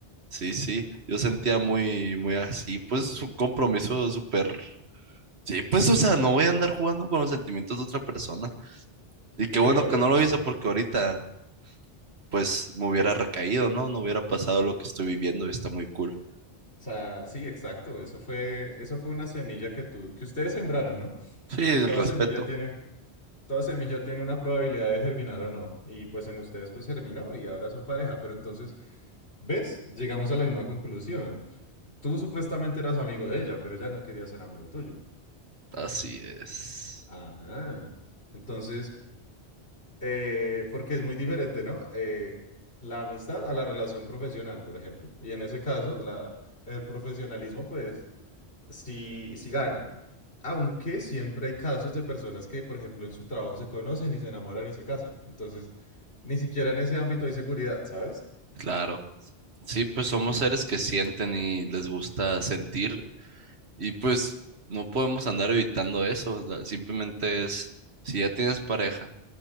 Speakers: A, on the right; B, on the left.
A: Sí, sí. Yo sentía muy, muy así, pues un compromiso súper. Sí, pues, o sea, no voy a andar jugando con los sentimientos de otra persona. Y qué bueno
B: Sí, obvio,
A: que no
B: no.
A: lo
B: O
A: hice porque ahorita, pues, me hubiera recaído, ¿no? No hubiera pasado lo que estoy viviendo y está muy cool.
B: sea, sí, exacto. Eso fue, eso fue una semilla que tú, que ustedes sembraron, ¿no?
A: Sí,
B: Y
A: el
B: toda
A: respeto.
B: semilla tiene, toda semilla tiene una probabilidad de germinar o no. Y pues en ustedes pues germinó y ahora son pareja. Pero entonces, ¿ves? Llegamos a la misma conclusión. Tú supuestamente eras amigo de ella, pero ella no quería ser amigo tuyo.
A: Así es.
B: Ah, entonces, eh, porque es muy diferente, ¿no? Eh, la amistad a la relación profesional, por ejemplo. Y en ese caso, la, el profesionalismo, pues si, si gana. Aunque siempre hay casos de personas que, por ejemplo, en su trabajo se conocen y se enamoran y se casan. Entonces, ni siquiera en ese ámbito hay seguridad, ¿sabes?
A: Claro. Sí, pues somos seres que sienten y les gusta sentir Y pues no podemos andar evitando eso, o sea, simplemente es, si ya tienes pareja